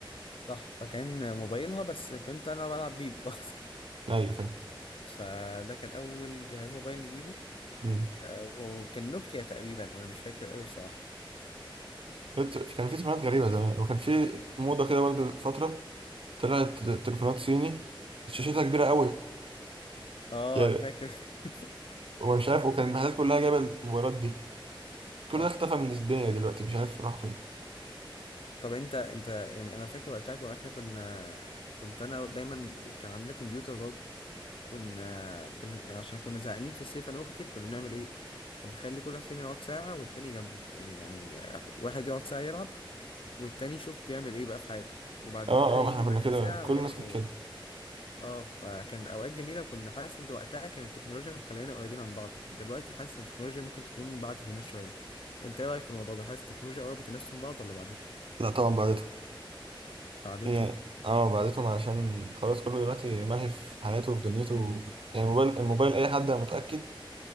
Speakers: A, on the left; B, on the right.
A: صح فكان موبايلها بس كنت انا بلعب بيه برضه. <laughs>
B: <laughs> ايوه فاهم
A: فده كان اول جهاز موبايل نجيبه
B: مم.
A: آه وكان نوكيا تقريبا انا مش فاكر قوي بصراحة
B: بس كان في تليفونات غريبه زمان وكان في موضه كده برضه فتره طلعت تليفونات صيني شاشتها كبيره قوي
A: اه
B: يعني
A: انا فاكر <laughs>
B: ومش عارف وكان المحلات كلها جايبه الموبايلات دي كل
A: صح
B: ده اختفى من الدنيا دلوقتي مش عارف راح فين
A: طب انت انت يعني انا فاكر وقتها كنا- احنا كنا كنت انا دايما كان عندنا كمبيوتر برضه كنا بن... يعني عشان كنا زهقانين في الصيف انا واختي فكنا بنعمل ايه بنخلي كل واحد فينا يقعد ساعة والتاني جنبه يعني يعني آه، واحد يقعد ساعة يلعب والتاني يشوف بيعمل ايه بقى في حياته وبعد
B: اه
A: كده يجي
B: اه ما احنا كنا
A: بعدها
B: كده
A: بساعة
B: كل
A: ويلعب
B: الناس كانت
A: هو
B: كده
A: اه فكان اوقات جميلة وكنا حاسس ان وقتها كانت التكنولوجيا مخلينا قريبين عن بعض دلوقتي حاسس ان التكنولوجيا ممكن تكون بعدت الناس شوية انت ايه رأيك في الموضوع ده حاسس التكنولوجيا قربت الناس من بعض ولا بعدتهم
B: لا طبعا بعد
A: بعدتهم
B: هي اه بعدتهم علشان خلاص كله دلوقتي ملهي في حياته وفي دنيته يعني الموبايل الموبايل اي حد أنا متأكد